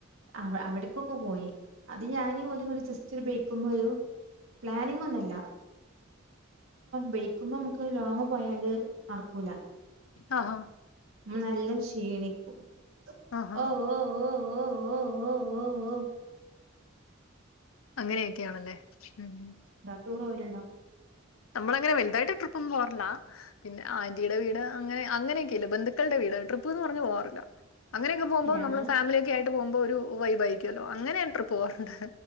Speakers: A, on the right; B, on the left.
A: അവ അവിടേക്കൊക്കെ പോയി അത് ഞാനും പോല ജസ്റ്റ് ഒരു ബെയക്കുമ്പോ ഒരു പ്ലാനിങ് ഒന്നുല്ല ബെയ്ക്കുമ്പോ മ്മക്ക് ലോങ്ങ് പോയാല് നടക്കൂല.
B: ആഹ ആഹ
A: നമ്മ നല്ലാം ക്ഷീണിക്കും
B: ആഹാ
A: ഓ ഓ ഓ ഓ ഓ ഓ ഓ ഓ
B: അങ്ങനെയൊക്കെയാണല്ലേ ഉം.
A: ടൂറോവലിണ്ടോ?
B: നമ്മള അങ്ങനെ വലുതായിട്ട് ട്രിപ്പന്നും പോറില്ല പിന്നെ ആന്റീുടെ വീട് അങ്ങനെ അങ്ങനെയൊക്കെല്ല ബന്ധുക്കളുടെ വീട് ട്രിപ്പ്ന്ന് പറഞ്ഞു പോവാാറില്ല അങ്ങനെയൊക്കെ പോവ്മ്പോ
A: ഞങ്ങൾ
B: നമ്മള് ഫാമിലിയൊക്കയായിട്ട് പോവ്മ്പോ ഒരു വൈബായിരിക്കല്ലോ, അങ്ങനെഞാ ട്രിപ്പ് പോവാറ്ണ്ട്.